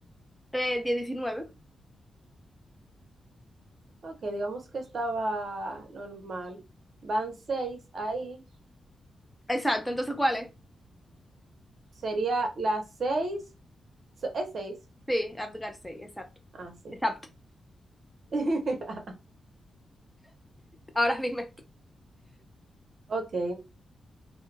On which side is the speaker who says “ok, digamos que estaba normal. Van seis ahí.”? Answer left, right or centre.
Right